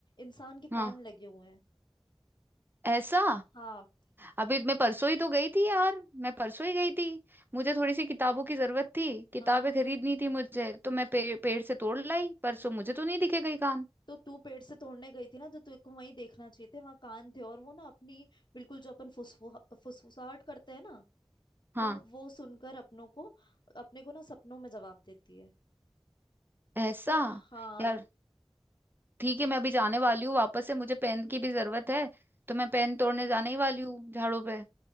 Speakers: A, on the left (about 50°); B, on the right (about 20°).
A: इंसान के कान
B: हाँ
A: लगे हुए हैं
B: ऐसा
A: हाँ
B: अभी मैं परसों ही तो गई थी यार मैं परसों ही गई थी मुझे थोड़ी सी किताबों की जरूरत थी किताबें
A: हाँ हाँ
B: खरीदनी
A: हाँ
B: थी मुझे तो मैं पे, पेड़ से तोड़ लाई परसों मुझे तो नहीं दिखे कहीं कान
A: तो तू पेड़ से तोड़ने गई थी ना तो तेरे को वहीं देखना चाहिए थे वहां कान थे और वो ना अपनी बिल्कुल जो अपन फुसफुहा- फुसफुसाहट करते हैं ना
B: हाँ
A: वो वो सुनकर अपनों को अपने को ना सपनों में जवाब देती है
B: ऐसा
A: पर हाँ
B: यार ठीक है मैं अभी जाने वाली हूँ वापस से मुझे पेन की भी जरूरत है तो मैं पेन तोड़ने जाने ही वाली हूँ झाड़ों पे